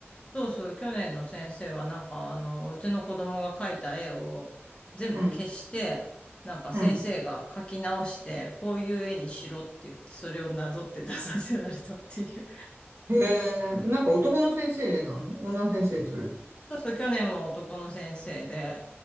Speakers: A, on the left; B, on the right.
A: そうそう、去年の先生はなんかあの、うちの子供が描いた絵を全部消して、
B: うん、
A: なんか先生が描き直して、
B: うん。
A: こういう絵にしろって言って、それをなぞって出させられたっていう。<laughs>
B: へえ。なんか男の先生なの女の先生、それは。
A: そうそう、去年は男の先生で、